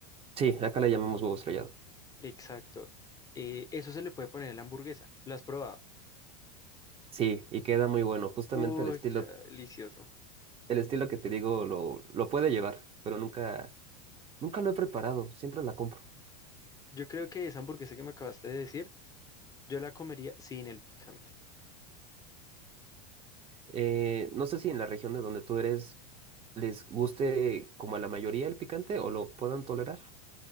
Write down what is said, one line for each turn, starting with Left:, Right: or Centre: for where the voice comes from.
Right: Sí, acá le llamamos huevo estrellado.
Left: Exacto. Eh, eso se le puede poner a la hamburguesa. ¿Lo has probado?
Right: Sí, y queda muy bueno. Justamente
Left: Uy,
Right: el estilo,
Left: qué delicioso.
Right: el estilo que te digo lo, lo puede llevar, pero nunca, nunca lo he preparado. Siempre la compro.
Left: Yo creo que esa hamburguesa que me acabaste de decir, yo la comería sin el picante.
Right: Eh, no sé si en la región de donde tú eres les guste como a la mayoría el picante o lo puedan tolerar.